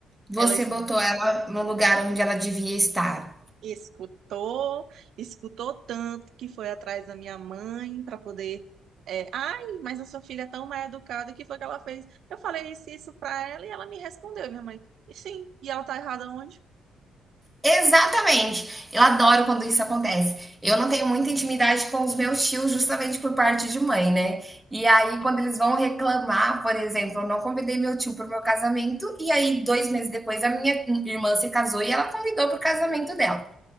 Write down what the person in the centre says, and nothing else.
Você
botou ela no lugar onde ela devia estar.
Exatamente. Eu adoro quando isso acontece. Eu não tenho muita intimidade com os meus tios, justamente por parte de mãe, né? E aí, quando eles vão reclamar, por exemplo, eu não convidei meu tio para o meu casamento, e aí, dois meses depois, a minha irmã se casou e ela convidou para o casamento dela.